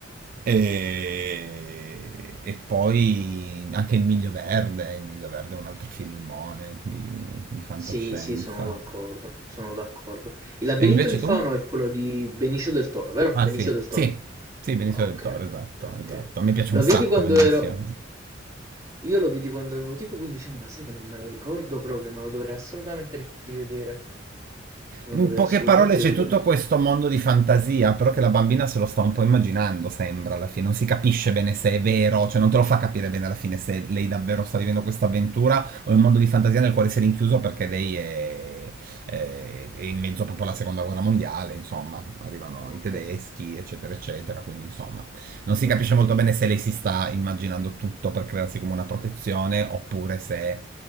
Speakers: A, on the right; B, on the right.
A: E, e poi
B: ok.
A: anche Il Miglio Verde. Il Miglio Verde è un altro filmone di, di fantascienza.
B: Sì, sì, sono d'accordo, sono d'accordo. Il labirinto
A: E invece
B: di Fauno
A: tu?
B: è quello di Benicio del Toro, vero?
A: Ah
B: Benicio
A: sì,
B: del Toro.
A: sì, sì, Benicio
B: Ok,
A: del Toro, esatto,
B: ok.
A: esatto. Mi piace
B: Lo
A: un sacco
B: vedi quando
A: Benicio.
B: ero... Io lo vidi quando avevo tipo 15 anni, ma sai che non me lo ricordo proprio, me lo dovrei assolutamente rivedere. Me lo
A: In
B: dovrei
A: poche
B: assolutamente
A: parole c'è
B: rivedere.
A: tutto questo mondo di fantasia, però che la bambina se lo sta un po' immaginando, sembra alla fine, non si capisce bene se è vero, cioè non te lo fa capire bene alla fine se lei davvero sta vivendo questa avventura o è un mondo di fantasia nel quale si è rinchiuso perché lei è, è- è in mezzo proprio alla seconda guerra mondiale, insomma, arrivano
B: Ok,
A: i tedeschi, eccetera, eccetera, quindi insomma, non si
B: ok.
A: capisce molto bene se lei si sta immaginando tutto per crearsi come una protezione oppure se